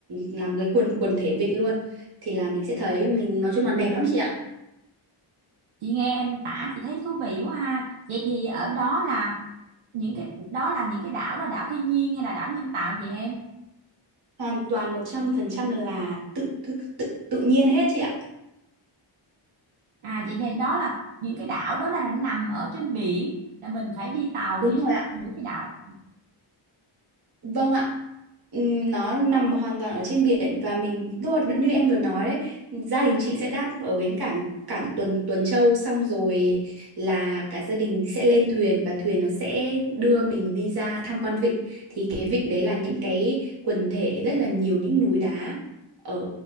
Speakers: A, on the right (about 50°); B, on the right (about 75°).
A: làm cái quần quần thể vịnh luôn thì là mình sẽ thấy mình nói chung là đẹp lắm chị ạ.
B: chị nghe em tả chị thấy thú vị quá ha vậy thì ở đó là những cái đó là những cái đảo đó là đảo thiên nhiên hay là đảo nhân tạo vậy em
A: Hoàn toàn 100% là tự tự tự tự nhiên hết chị ạ.
B: à vậy thì đó là những cái đảo đó là nó nằm ở trên biển là mình phải đi tàu
A: Đúng
B: đi ra
A: rồi.
B: giữa cái đảo
A: Vâng ạ. Ừm, Nó nằm hoàn toàn ở trên biển và mình lúc mà- như em vừa nói đấy, gia đình chị sẽ đáp ở bến cảng cảng Tuần Tuần Châu xong rồi là cả gia đình sẽ lên thuyền và thuyền nó sẽ đưa mình đi ra tham quan vịnh. Thì cái vịnh đấy là những cái quần thể rất là nhiều những núi đá ở